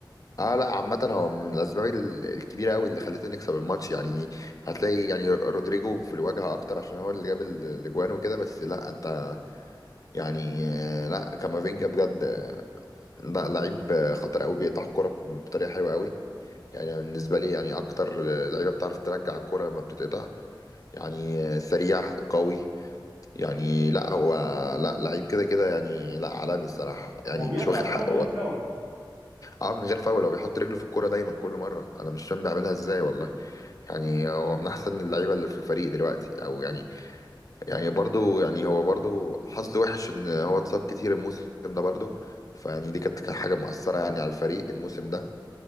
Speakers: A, on the left (about 45°); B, on the right (about 85°).
A: اه لا عامة هو من الأسباب ال- الكبيرة أوي اللي خلتنا نكسب الماتش يعني هتلاقي يعني رودريجو في الواجهة أكتر عشان هو اللي جاب ال- الأجوان وكده بس لا أنت يعني آه، لا كامافينجا بجد آه، لا لعيب آه، خطر أوي بيقطع الكورة بطريقة حلوة أوي يعني بالنسبة لي يعني أكتر آه، لعيبة بتعرف ترجع الكورة لما بتتقطع يعني آه، سريع قوي يعني لا هو لا لعيب كده كده يعني لا عالمي الصراحة يعني
B: وبيقطع
A: مش واخد
B: الكوره
A: حقه
B: من غير فاول
A: اه من غير فاول هو بيحط رجله في الكوره دايما كل مره انا مش فاهم بيعملها ازاي والله يعني هو من احسن اللعيبه اللي في الفريق دلوقتي او يعني يعني برضو يعني هو برضو حظه وحش ان هو اتصاب كتير الموسم ده برضو فيعني دي كانت حاجه مؤثره يعني على الفريق الموسم ده